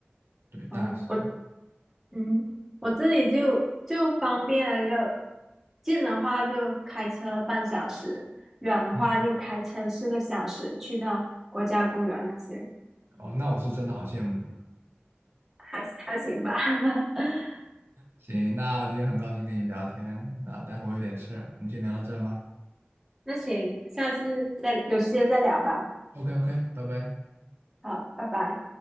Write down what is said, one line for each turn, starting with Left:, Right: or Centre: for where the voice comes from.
Right: 对，大概是这样。
Centre: 哦，我嗯，我这里就就方便了，就近的话就开车半小时，远的话就开车四个小时去到国家公园那些，
Right: 嗯，哦，那我是真的好羡慕。
Centre: 还还行吧。<laughs>
Right: 行，那今天很高兴跟你聊天，那待会儿我有点事儿我们先聊到这儿吧。
Centre: 那行，下次再有时间再聊吧。
Right: OK OK，拜拜。
Centre: 好，拜拜。